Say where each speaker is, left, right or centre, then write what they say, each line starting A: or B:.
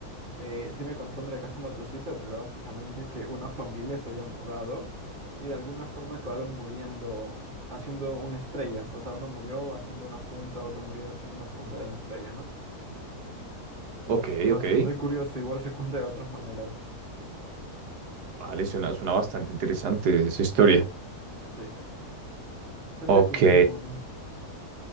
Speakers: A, on the right; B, on the right.
A: Eh, sí me contó Andrea Casa Matosita, pero básicamente que una familia se había mudado y de alguna forma acabaron muriendo haciendo una estrella. O sea, uno murió haciendo una punta, otro murió haciendo una punta de una estrella, ¿no?
B: ok,
A: Bastante
B: ok.
A: curioso, igual se cuenta de otras maneras.
B: Vale, suena, suena bastante interesante esa historia.
A: Sí, bueno. Gente
B: Ok,
A: Ok. común.